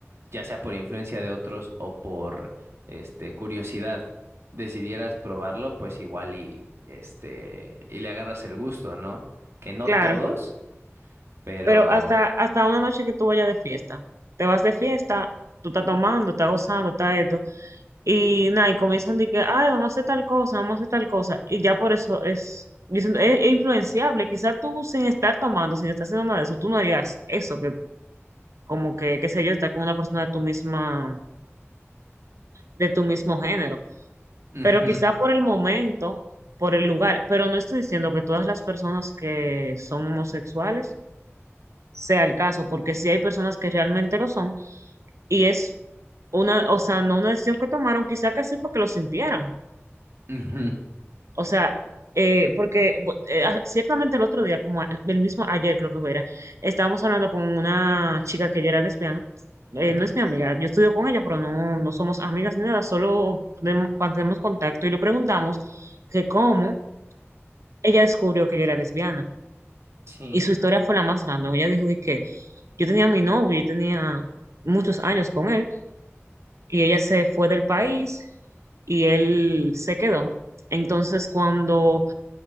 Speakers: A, on the right; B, on the right.
A: ya sea por influencia de otros o por este curiosidad, decidieras probarlo, pues igual y este y le agarras el gusto, ¿no? Que no
B: Claro,
A: todos, pero
B: pero hasta, hasta una noche que tú vayas de fiesta, te vas de fiesta, tú estás tomando, estás gozando, estás esto, Y nada, y comienzan de que, ay, vamos a hacer tal cosa, vamos a hacer tal cosa. Y ya por eso es, dicen, es, es influenciable. Quizás tú sin estar tomando, sin estar haciendo nada de eso, tú no harías eso, que como que, qué sé yo, estar con una persona de tu misma, de tu mismo género.
A: Ujú,
B: Pero quizá por el momento, por el lugar. Pero no estoy diciendo que todas las personas que son homosexuales sea el caso, porque sí hay personas que realmente lo son. Y es una, o sea, no una decisión que tomaron, quizá que así fue que lo sintieran.
A: ujú,
B: O sea, eh, porque bu- eh, ah, ciertamente el otro día, como a- el mismo ayer creo que fue, era, estábamos hablando con una chica que ella era lesbiana. Eh,
A: ujú,
B: no es mi amiga, yo estudio con ella, pero no, no somos amigas ni nada, solo de- mantenemos contacto y le preguntamos que cómo ella descubrió que ella era lesbiana.
A: Sí.
B: Y su historia fue la más random. Ella dijo de que yo tenía mi novio, yo tenía muchos años con él, y ella se fue del país y él se quedó. Entonces, cuando